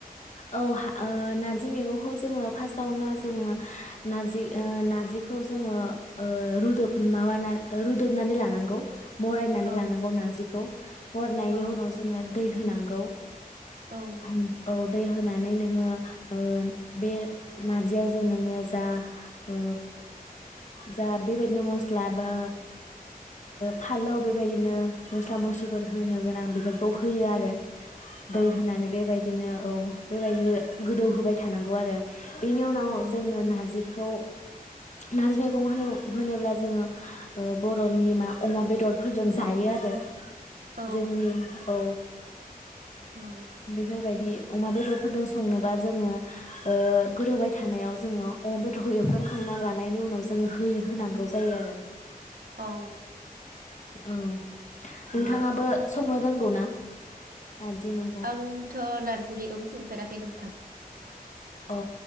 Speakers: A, on the left (about 50°); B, on the right (about 70°).
A: औ ओ नार्जि मैगंखौ जोङो फार्स्टावनो जोङो नारजि ओ नार्जिखौ जोङो ओ रुदब माबाना रुदबनानै लानांगौ मरायनानै
B: औ
A: लानांगौ नारजिखौ मरनायनि
B: औ
A: उनाव जोङो दै होनांगौ
B: औ
A: आम औ दै होनानै नोङो ओ बे नारजियाव जों नोङो जा ओ जा बेबायदिनो मस्ला बा फालौ बेबायदिनो मस्ला मस्लिफोर होनो गोनां बेफोरखौ होयो आरो दै
B: औ
A: होनानै बेबायद बिदिनो औ बेबायदिनो गोदौ होबाय थानांगौ आरो बेनि उनाव
B: औ
A: जोङो नारजि बेखौ नारजि मैगं होन होनोब्ला जोङो बर'नि मा अमा बेदरफोरजों जायो आरो
B: औ
A: जोंनि औ
B: औ
A: बेफोर बायद दि अमा बेदरफोरजों संनोबा जोङो ओ गोदौबाय थानायाव जोङो अमा बेदरखौ एवफ्रामखांना लानायनि उनाव जोङो होयो होनांगौ जायो आरो
B: औ
A: औ नोंथाङाबो
B: मा
A: स संनो रांगौ ना नारजि मैगं
B: आंथ नारजिबि ओं संफेराखै नोंथां
A: अ